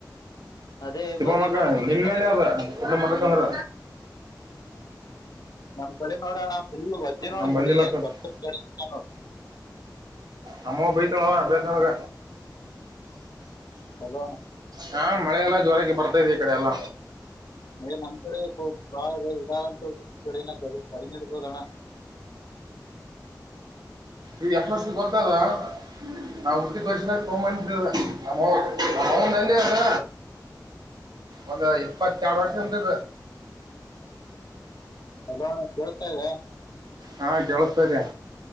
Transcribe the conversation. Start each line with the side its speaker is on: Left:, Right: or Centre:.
Left: ಅದೇ
Right: ಇಪ್ಪಮ್ಮಕ್ಕ
Left: ಮದ್ವಿ ಮಾಡ್ಕೊಂಗಿತ್ತ
Right: ನಿನ್ ಮೇಲೆ ಅದ ಕುಟುಂಬ ಮರ್ಲ ಚಂದ್ರ.
Left: ನಮ ಕಡೆ ನೋಡೋಣ ಫುಲ್ ವಜ್ಜೆ ನೋಡ
Right: ನಮ್ ಬಂದಿಲ್ಲ
Left: ಮಿ ಏನ್
Right: ಅಷ್ಟ
Left: ಕ ನೋ
Right: ನಮ್ಮಅವ್ವ ಬೈತಾಳವಾ ಬೇನಳಗ
Left: ಹಲೋ ಅಣ್ಣ
Right: ಹಾ ಮಳೆಲ್ಲ ಜೋರಾಗಿ ಬರ್ತಾದೆ ಈ ಕಡೆ ಎಲ್ಲ
Left: ನೆ ನಮ್ ಕಡೆ ಬಾಳ ಇದಾದಂತೂ್ ಕಡೆ ಕಡಿಮೆ ಇರತದ ಅಣ್ಣ
Right: ಇವ ಎಷ್ಟಷ್ಟಿ ಗೋತದಾ <inaudible> ನಾವು ಹುಟ್ಟಿ ಬರ್ಸಿನ ತಗೊಂತಿದ ನಮ್ಮ ಅವ್ವ ನಮ್ಮ ಅವ್ವದ ಅಂದೆ ಅದ. ಒಂದ ಇಪ್ಪತ್ತೆರಡು ವರ್ಷ ಎಂತ್ದ
Left: ಅಲ್ಲ ಕೇಳ್ತಾ ಇದ್ದ
Right: ಹಾ ಕೇಳಸ್ತದೆ.